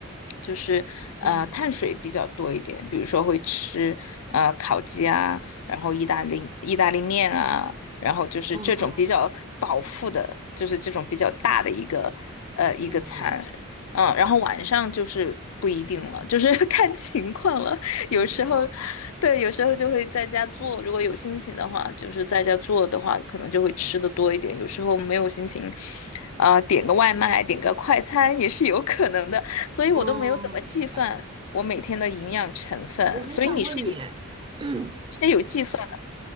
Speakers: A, on the left; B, on the right.
A: 就是呃碳水比较多一点，
B: 嗯
A: 比如说会吃呃烤鸡啊，然后意大利意大利面啊，然后就是这种比较饱腹的，
B: 嗯嗯，
A: 就是这种比较大的一个呃一个餐，
B: 明白，
A: 嗯，然后晚上就是不一定了，就是 <laughs> 看情况了。
B: 看情况。
A: 有时候，对，有时候就会在家做，如果有心情的话，就是在家做的话，可能就会吃的多一点。有时候没有心情，啊、点个外卖，点个快餐也是有可能的。所以我都没有怎么计算我每天的营养成分，
B: 哦，明白。我很想问你，
A: 所以你是有
B: 哎 <clears throat> 嗯
A: 是有计算的，